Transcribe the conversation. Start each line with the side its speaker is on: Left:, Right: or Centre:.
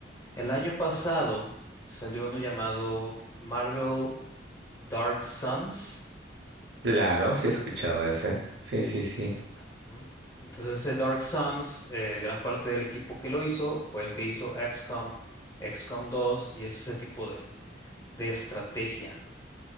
Left: el año pasado salió uno llamado Marvel Dark Suns.
Right: Claro, sí he escuchado ese. Sí, sí, sí.
Left: Ent- ujú. Entonces, ese Dark Suns, eh, gran parte del equipo que lo hizo fue el que hizo XCOM, XCOM 2 y es ese tipo de de estrategia.